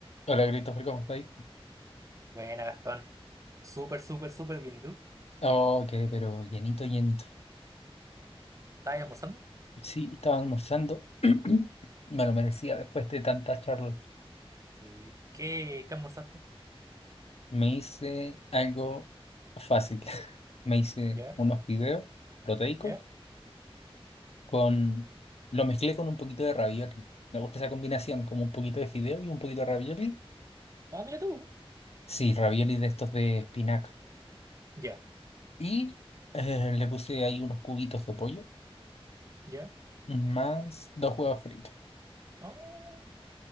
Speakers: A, on the left; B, on the right.
A: Hola, Christopher, ¿cómo estáis?
B: Buena, Gastón. Súper, súper, súper bien. ¿Y tú?
A: Ok, pero llenito, llenito.
B: ¿Estás almorzando?
A: Sí, estaba almorzando. <clears throat> Me lo merecía después de tanta charla.
B: Sí. ¿Qué, qué almorzaste?
A: Me hice algo fácil. <laughs> Me hice
B: ¿Ya?
A: unos fideos proteicos
B: ¿Ya?
A: con... Lo mezclé con un poquito de ravioli. Me gusta esa combinación, como un poquito de fideo y un poquito de ravioli.
B: Ah, mira tú.
A: Sí, ravioli de estos de espinaca.
B: Ya,
A: Y eh, le puse ahí unos cubitos de pollo,
B: ya.
A: más dos huevos fritos.
B: Oh.